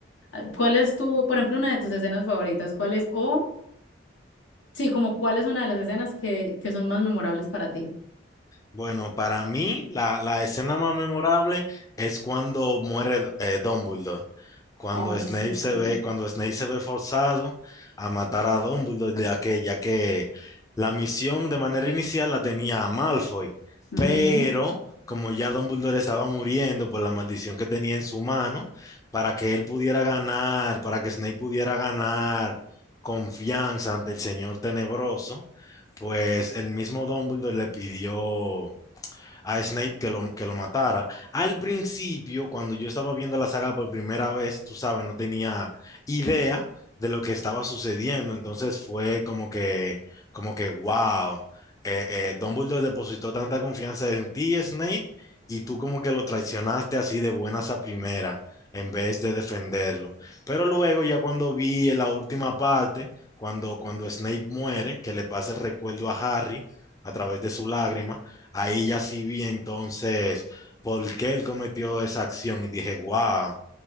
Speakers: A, on the left; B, on the left.
A: Ah, ¿Cuál es tu, por ejemplo, una de tus escenas favoritas? ¿Cuál es, o sí, como cuál es una de las escenas que, que son más memorables para ti?
B: Bueno, para mí la, la escena más memorable es cuando muere eh, Dumbledore. Cuando
A: Ay,
B: Snape
A: sí, sí.
B: se ve, cuando Snape se ve forzado a matar a Dumbledore, ya que, ya que la misión de manera inicial la tenía a Malfoy,
A: Ujú.
B: pero como ya Dumbledore estaba muriendo por la maldición que tenía en su mano, para que él pudiera ganar, para que Snape pudiera ganar confianza ante el Señor Tenebroso, pues el mismo Dumbledore le pidió a Snape que lo, que lo matara. Al principio, cuando yo estaba viendo la saga por primera vez, tú sabes, no tenía idea de lo que estaba sucediendo, entonces fue como que, como que, wow, eh, eh, Dumbledore depositó tanta confianza en ti, Snape, y tú como que lo traicionaste así de buenas a primera en vez de defenderlo. Pero luego ya cuando vi en la última parte, cuando, cuando Snape muere, que le pasa el recuerdo a Harry a través de su lágrima, Ahí ya sí vi entonces por qué él cometió esa acción y dije, wow,